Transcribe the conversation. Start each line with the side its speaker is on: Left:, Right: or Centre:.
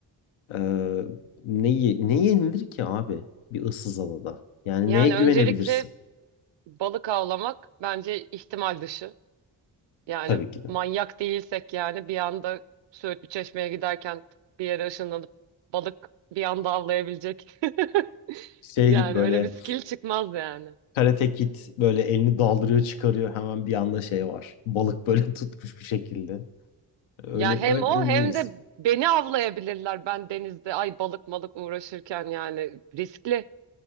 Left: Ee, ne, ye- ne yenilir ki abi bir ıssız adada? Yani
Right: Yani
Left: neye güvenebilirsin?
Right: öncelikle balık avlamak bence ihtimal dışı. Yani
Left: Tabii ki de.
Right: manyak değilsek yani bir anda Söğütlü Çeşme'ye giderken bir yere ışınlanıp balık bir anda avlayabilecek. <laughs>
Left: Şey
Right: Yani
Left: gibi böyle
Right: öyle bir skill çıkmaz yani.
Left: Karate Kid böyle elini daldırıyor çıkarıyor hemen bir anda şey var. Balık böyle <laughs> tutmuş bir şekilde. Öyle
Right: Ya hem
Left: öyle
Right: o hem
Left: değiliz.
Right: de beni avlayabilirler ben denizde. Ay balık malık uğraşırken yani riskli.